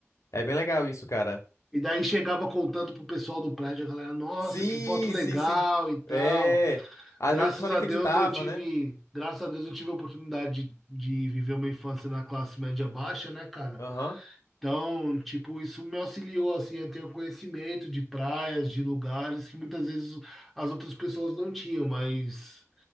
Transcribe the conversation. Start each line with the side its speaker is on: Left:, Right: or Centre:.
Left: É bem legal isso, cara.
Centre: E daí chegava contando pro pessoal do prédio, a galera, nossa,
Left: Sim,
Centre: que foto legal
Left: sim, sim.
Centre: e tal.
Left: É. Às
Centre: Graças
Left: vezes o pessoal nem
Centre: a
Left: acreditava,
Centre: Deus eu tive,
Left: né?
Centre: graças a Deus eu tive a oportunidade de, de viver uma infância na classe média baixa, né, cara?
Left: Aham.
Centre: Então, tipo, isso me auxiliou assim a ter o conhecimento de praias, de lugares que muitas vezes as outras pessoas não tinham, mas